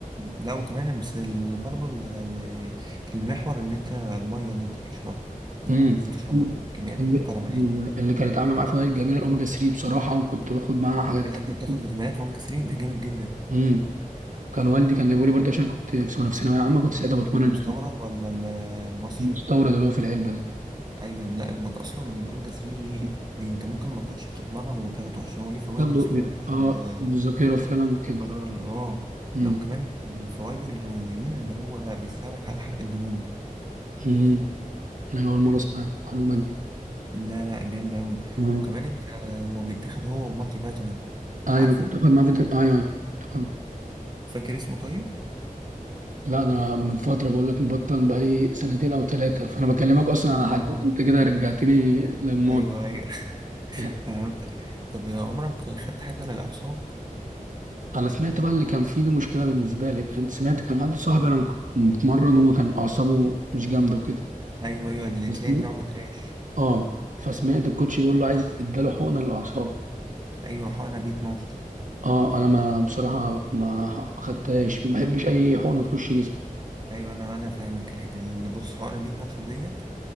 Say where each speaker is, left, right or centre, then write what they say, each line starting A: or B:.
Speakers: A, on the right; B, on the right.
A: لا وكمان بس ال- برضو ال- ال- المحور ان انت المية اللي انت بتشربها
B: امم
A: لازم تشرب مية بكميات
B: اللي,
A: محترمة يعني
B: اللي كانت عامله معايا فوائد جميله الاوميجا 3 بصراحه وكنت باخد معاها حاجات
A: كده انت بتاخد
B: تانية.
A: فيتامينات واوميجا 3 ده جامد جدا
B: امم كان والدي كان جايبه لي برضه عشان كنت في سنه في ثانويه عامه كنت ساعتها بتمرن
A: المستورد ولا ال- المصري
B: المستورد اللي هو في العلبه ده
A: ايوه لا المك اصلا الاوميجا 3 ليه دي انت ممكن ما تكونش بتتمرن وتاخده عشان هو ليه فوائد
B: برضه
A: اصلا
B: بيبقى-
A: بره
B: اه
A: ال-
B: الذاكره فعلا كده
A: بره ال- اه
B: امم
A: لا وكمان فوائده الرياضيين ان هو بيساعدك على حرق الدهون
B: امم انا اول مره اسمع المعلومه دي
A: لا لا جامدة أوي
B: اه
A: كمان أنت هو بيتاخد هو مالتي فيتامين
B: ايوه
A: عارفه
B: كنت باخد معاه فيتامين ايوه ايوه كنت باخد
A: فاكر اسمه طيب؟
B: لا انا من فتره بقول لك مبطل بقالي سنتين او ثلاثه فانا بكلمك اصلا على
A: اه
B: حاجات انت كده رجعتني للماضي
A: أيوه أيوه <laughs>
B: <laughs> يعني
A: فهمت طب عمرك خدت حاجة للأعصاب؟
B: انا سمعت بقى اللي كان فيه دي مشكله بالنسبه لي كنت سمعت كان حد صاحبي انا كنت متمرن هو كان اعصابه مش جامده وكده
A: أيوه أيوه اللي
B: بس
A: تلاقي دراعه بيترعش
B: اه فسمعت الكوتش بيقول له عايز اداله حقنه للاعصاب
A: أيوه حقنة بي 12
B: اه انا ما بصراحه ما ما خدتهاش ما بحبش اي حقنه تخش جسمي
A: أيوه أنا أنا فاهمك الحتة دي إن بص حقنة بي 12 ديت